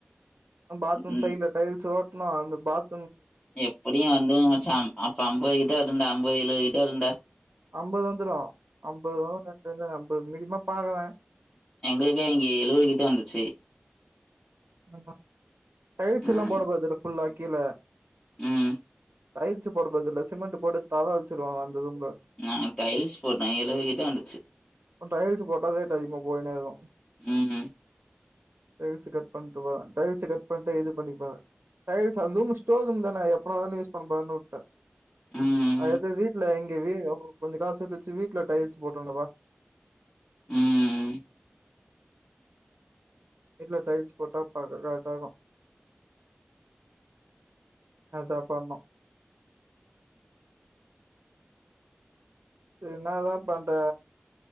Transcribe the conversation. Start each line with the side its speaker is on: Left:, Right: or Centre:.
Right: பாத்ரூம்
Left: ம்.
Right: சைடுல டைல்ஸ் ஒ ட்டணும்அந்த பாத்
Left: எப்படியும் வந்துரும் மச்சான் அப்ப ஐம்பது கிட்ட இருந்தேன் ஐம்பது எழுபது கிட்ட இருந்தேன்
Right: ஆம்பது வந்துரும் அம்பது வரரெண்டு அம் இப்ப மினிமம் பாக்குறேன்
Left: எங்களுக்கே இங்க எழுவதுக்கிட்ட வந்துச்சு
Right: ம் டைல்ஸ்
Left: ம்.
Right: எல்லாம் போட கூடாதுல ஃபுல்லா கீழ
Left: ம்
Right: டைல்ஸ் போடறத இல்ல சிமெண்ட் போட்டு தளம் வச்சிருவாங்க வந்ததும் க
Left: நான் டைல்ஸ் போட்டேன். கிட்ட வந்துச்சு.
Right: டைல்ஸ் போட்டாதே ரேட் அதிகமா போயின்னே இருக்கும்
Left: ம்.
Right: டைல்ஸ் கட் பண்ணுட்டு வா டைல்ஸ் கட் பண்ணுட்டு இது பண்ணப்பேன் டைல்ஸ் அந்த ஸ்டோர் ரூம் தானே எப்பன தானே யூஸ் பண்ண போறேன்னு வுட்டேன்
Left: ம்.
Right: அதே பேர் வீட்லை இங்க வீ ஓ கொஞ்சம் காசு சேர்த்து வச்சு வீட்ல டைல்ஸ் போட்டுருந்தேன்ப்பா
Left: ம்
Right: வீட்ல டைல்ஸ் போட்டா கரெக்ட்டா இருக்கும் அதான் பண்ணும் என்னா தான் பண்ற